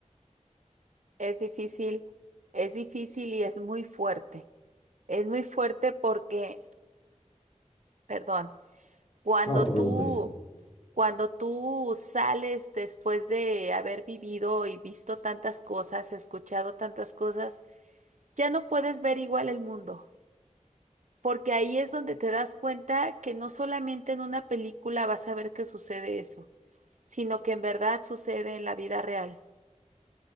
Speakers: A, on the right; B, on the left.
A: Es difícil, es difícil y es muy fuerte. Es muy fuerte porque, perdón, cuando
B: No te
A: tú
B: preocupes.
A: Cuando tú sales después de haber vivido y visto tantas cosas, escuchado tantas cosas, ya no puedes ver igual el mundo, porque ahí es donde te das cuenta que no solamente en una película vas a ver que sucede eso, sino que en verdad sucede en la vida real.